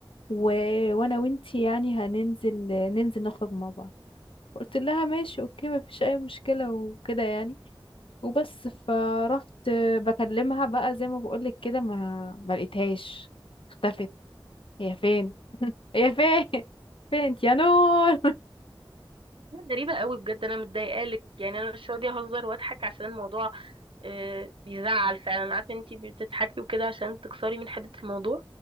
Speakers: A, on the left; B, on the right.
A: و... وانا وانتي يعني هننزل ننزل نخرج مع بعض قلت لها ماشي اوكي ما فيش اي مشكلة وكده يعني وبس فرحت بكلمها بقى زي ما بقولك كده ما ما لقيتهاش اختفت هي فين هي فين <laughs> فين انت يا نور
B: غريبة قوي بجد انا متضايقه لك يعني انا مش راضيه اهزر واضحك عشان الموضوع آه، بيزعل فعلا انا عارفه ان انتي بتضحكي وكده عشان تكسري من حده الموضوع